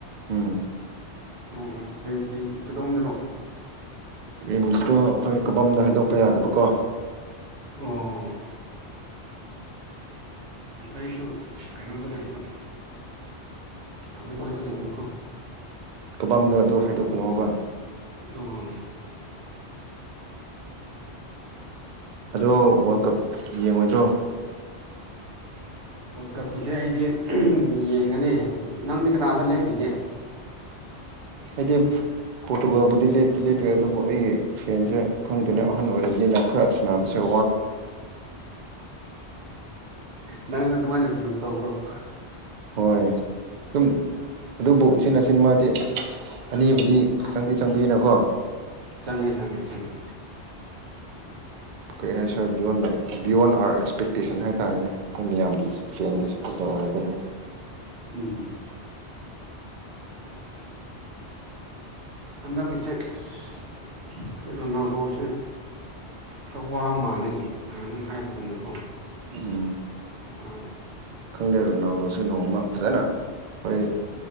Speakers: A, on the right (about 55°); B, on the right (about 80°).
A: ꯎꯝ
B: ꯑꯣ ꯑꯣ ꯔꯤꯝꯁꯀꯤ ꯀꯗꯣꯝꯗꯅꯣ
A: ꯔꯤꯝꯁꯇꯣ ꯑꯩꯈꯣꯏ ꯀꯕꯝꯗꯣ ꯍꯥꯏꯗꯣꯛꯄ ꯌꯥꯗꯕꯀꯣ
B: ꯑꯣ ꯑꯩꯁꯨ ꯀꯩꯅꯣꯗ ꯂꯩꯕ ꯊꯥꯡꯃꯩꯕꯟꯗꯗ ꯂꯩꯕꯀꯣ
A: ꯀꯕꯝꯗꯣ ꯑꯗꯨ ꯍꯥꯏꯗꯣꯛꯀꯅꯣꯕ
B: ꯑꯣ
A: ꯑꯗꯣ ꯋꯥꯔꯜ ꯀꯞ ꯌꯦꯡꯉꯣꯏꯗ꯭ꯔꯣ
B: <unintelligible> ꯋꯥꯔꯜ ꯀꯞꯀꯤꯁꯦ ꯑꯩꯗꯤ ꯌꯦꯡꯒꯅꯤ ꯅꯪꯗꯤ ꯀꯅꯥꯗ ꯂꯦꯞꯄꯤꯒꯦ <inaudible>
A: ꯑꯩꯏꯗꯤ <unintelligible> ꯂꯦꯞꯇꯤ ꯂꯦꯞꯄꯤ ꯑꯗꯨꯕꯨ ꯑꯩꯒꯤ ꯐꯦꯟꯁꯦ ꯈꯪꯗꯅ ꯑꯍꯟ ꯑꯣꯏꯔꯕꯅꯤꯅ ꯈꯔ ꯁꯥꯟꯅꯕꯁ‌ꯦ
B: ꯅꯪꯅ ꯑꯗꯨꯃꯥꯏꯅ ꯐꯤꯁꯜ ꯇꯧꯕ꯭ꯔꯣꯕ
A: ꯍꯣꯏ ꯑꯗꯨꯝ ꯑꯗꯨꯕꯨ ꯎꯆꯤꯟ ꯅꯥꯆꯤꯟ ꯃꯥꯗꯤ
B: <unintelligible>
A: ꯑꯅꯤꯕꯨꯗꯤ ꯆꯪꯗꯤ ꯆꯪꯕꯤꯅꯀꯣ
B: ꯆꯪꯉꯦ ꯆꯪꯉꯦ ꯆꯪꯉꯦ
A: ꯀꯩ ꯍꯥꯏꯁꯤꯔ ꯕꯤꯌꯣꯟꯕ ꯑꯥꯔ ꯑꯦꯛꯁꯄꯦꯛꯇꯦꯁꯟ ꯍꯥꯏ ꯇꯥꯔꯦꯅꯦ ꯑꯩꯈꯣꯏ ꯃꯤꯌꯥꯝꯒꯤ ꯐꯦꯟꯒꯤ ꯁꯄꯣꯔꯠꯇ ꯇꯧꯔꯒꯗꯤ
B: ꯎꯝ ꯍꯟꯗꯛꯀꯤꯁꯦ ꯑꯁ ꯑꯩꯈꯣꯏ ꯔꯣꯅꯥꯜꯗꯣꯁꯦ ꯈꯔ ꯋꯥ ꯃꯥꯜꯂꯦꯅꯦ ꯅꯍꯥꯟ ꯅꯪ ꯍꯥꯏꯕꯒꯨꯝꯅꯀꯣ
A: ꯎꯝ
B: ꯋꯥꯔꯦꯅꯦ
A: ꯈꯪꯗꯦ ꯔꯣꯅꯥꯜꯗꯣꯁꯦ ꯅꯣꯡꯃ ꯐꯖꯅ ꯍꯣꯏ